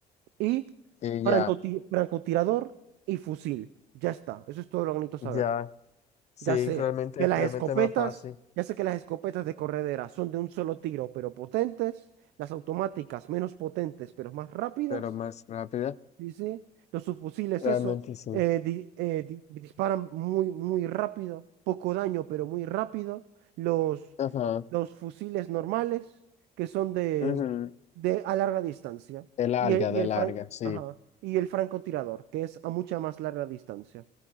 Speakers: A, on the right; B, on the left.
A: y
B: Y
A: francoti-
B: ya,
A: francotirador y fusil. Ya está, eso es todo lo que necesito saber.
B: ya, sí,
A: Ya sé
B: realmente,
A: que las
B: realmente
A: escopetas,
B: más fácil,
A: ya sé que las escopetas de corredera son de un solo tiro, pero potentes, las automáticas menos potentes, pero más rápidas.
B: pero más rápida.
A: Sí, sí. Los subfusiles,
B: Realmente
A: eso.
B: sí.
A: eh, di- eh, di- disparan muy, muy rápido. Poco daño, pero muy rápido. Los,
B: Ajá.
A: los fusiles normales, que son de,
B: Ujú.
A: de a larga distancia.
B: De larga,
A: Y el, y
B: de
A: el
B: larga,
A: fran-
B: sí.
A: ajá, y el francotirador, que es a mucha más larga distancia.